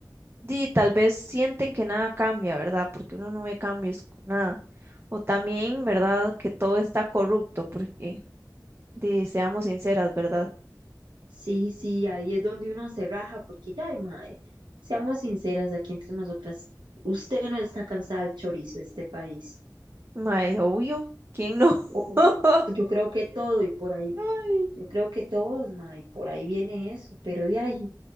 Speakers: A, on the right; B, on the right.
A: di, tal vez sienten que nada cambia, ¿verdad? Porque uno no ve cambios con nada. O también, ¿verdad? Que todo está corrupto, porque di, seamos sinceras, ¿verdad?
B: Sí, sí, ahí es donde uno se raja, porque ya, ay, mae, seamos sinceras aquí entre nosotras, usted no está cansada del chorizo de este país.
A: Ma, es obvio, ¿quién no?
B: O
A: <laughs>
B: yo creo que todo y por ahí,
A: Ay.
B: yo creo que todos, mae, por ahí viene eso, pero de ahí